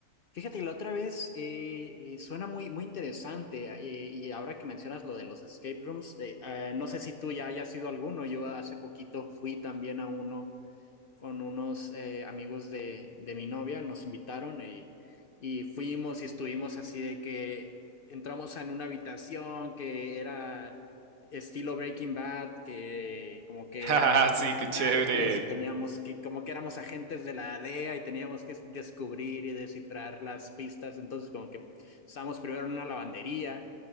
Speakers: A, on the left (about 55°); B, on the right (about 65°).
A: fíjate, la otra vez eh, eh, suena muy, muy interesante eh, y ahora que mencionas lo de los escape rooms, eh, eh, no sé si tú ya hayas ido a alguno, yo hace poquito fui también a uno con unos eh, amigos de, de mi novia, nos invitaron y, y fuimos y estuvimos así de que entramos en una habitación que era estilo Breaking Bad, que como que
B: <laughs>
A: era
B: Sí,
A: de
B: qué chévere.
A: narcos y teníamos que, como que éramos agentes de la DEA y teníamos que descubrir y descifrar las pistas. Entonces, como que estábamos primero en una lavandería,